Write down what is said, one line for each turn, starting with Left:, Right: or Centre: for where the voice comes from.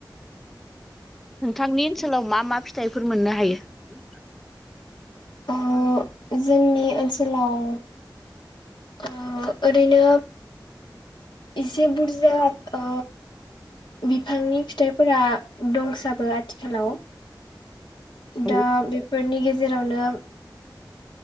Centre: नोंथांनि ओनसोलाव मा मा फिथाइफोर मोननो हायो
Left: ओ जोंनि ओनसोलाव ओ ओरैनो इसे बुरजा ओ बिफांनि फिथाइफोरा दंसाबो आथिखालाव
Centre: औ
Left: दा बेफोरनि गेजेरावनो